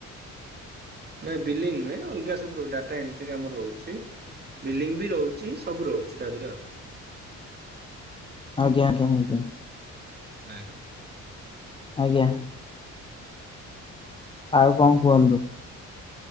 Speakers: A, on the right; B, on the left.
A: ନାଇଁ ବିଲିଙ୍ଗି ନୁହେଁ ଅଲଗା ସବୁରୋ ଡାଟା ଏଣ୍ଟ୍ରି କାମ ରହୁଛି। ବିଲିଙ୍ଗି ବି ରହୁଛି ସବୁ ରହୁଛି ତା ଦିହରେ ଆଉ
B: ଆଜ୍ଞା ଆଜ୍ଞା ଆଜ୍ଞା।
A: ଆଜ୍ଞା।
B: ଆଜ୍ଞା। ଆଉ କଣ କୁହନ୍ତୁ।